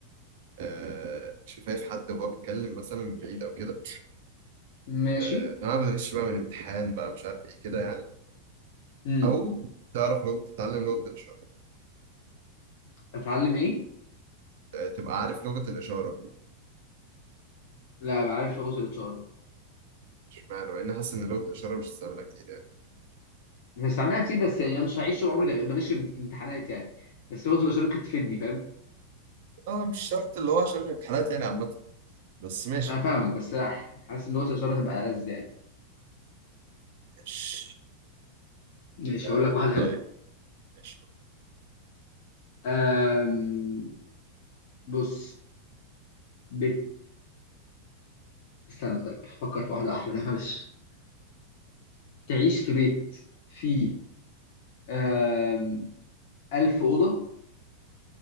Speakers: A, on the right (about 55°); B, on the left (about 50°).
A: آه شفايف حد وهو بيتكلم مثلا من بعيد او كده
B: ماشي
A: آه لو انا بتغش بقى من امتحان بقى مش عارف ايه كده يعني
B: امم
A: او تعرف لغه تتعلم لغه الاشاره
B: اتعلم ايه
A: آه تبقى عارف لغه الاشاره
B: لا بعرف ابص الاتش ار.
A: اشمعنى مع ان حاسس ان لغه الاشاره مش استعمالها كتير يعني
B: بستعملها كتير بس يعني انا مش هعيش طول عمري بغ- بغش في امتحانات يعني بس لغه الاشاره ممكن تفيدني فاهم
A: اه مش شرط اللي هو عشان الامتحانات يعني عامه بس ماشي
B: انا فاهمك بس أح- حاسس ان لغه الاشاره تبقى لذ يعني
A: مش
B: ماشي هقول
A: اقول
B: لك واحده حلوه
A: طيب ماشي
B: أم... بص بيت استنى طيب فكر في واحده احلى لا، معلش تعيش في بيت فيه أم... ألف أوضة